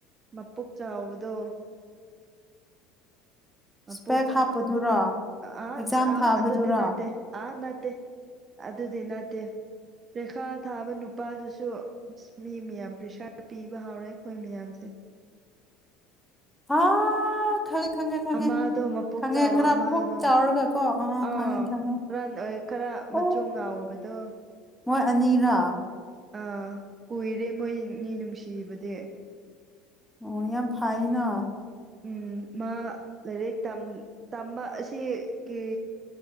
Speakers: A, on the right; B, in the centre.
A: ꯃꯄꯨꯛ ꯆꯥꯎꯕꯗꯣ ꯃꯄꯨꯛ
B: ꯏꯁꯄꯦꯛ ꯍꯥꯞꯄꯗꯨꯔꯣ
A: ꯑꯥ ꯑꯥꯁ
B: ꯑꯦꯛꯖꯥꯝ
A: ꯑꯥ
B: ꯊꯥꯕꯗꯨꯔꯣ
A: ꯑꯗꯨꯗꯤ ꯅꯠꯇꯦ ꯑꯥ ꯅꯠꯇꯦ ꯑꯗꯨꯗꯤ ꯅꯠꯇꯦ ꯄ꯭ꯔꯈꯥ ꯊꯥꯕ ꯅꯨꯄꯥꯗꯨꯁꯨ ꯃꯤ ꯃꯌꯥꯝ ꯄ꯭ꯔꯦꯁꯥꯔ ꯄꯤꯕ ꯍꯧꯔꯦ ꯑꯩꯈꯣꯏ ꯃꯌꯥꯝꯁꯦ
B: ꯑꯥ ꯈꯪꯉꯦ ꯈꯪꯉꯦ ꯈꯪꯉꯦ
A: ꯑꯃꯗꯣ ꯃꯄꯨꯛ
B: ꯈꯪꯉꯦ
A: ꯆꯥꯎꯕ
B: ꯈꯔ
A: ꯑꯃꯗꯣ
B: ꯄꯨꯛ ꯆꯥꯎꯔꯒ ꯀꯣ ꯑ ꯑ
A: ꯑꯥ
B: ꯈꯪꯉꯦ ꯈꯪꯉꯦ
A: ꯔꯟ ꯑꯣꯏ ꯈꯔ ꯃꯆꯨ
B: ꯑꯣ
A: ꯉꯥꯎꯕꯗꯣ
B: ꯃꯣꯏ ꯑꯅꯤꯔꯥ
A: ꯑꯥ ꯀꯨꯏꯔꯦ ꯃꯣꯏꯅꯤ ꯅꯨꯡꯁꯤꯕꯗꯤ
B: ꯑꯣ ꯌꯥꯝ ꯐꯥꯏꯅ
A: ꯎꯝ ꯃꯥ ꯂꯥꯏꯔꯤꯛ ꯇꯝ ꯇꯝꯕ ꯑꯁꯤꯒꯤ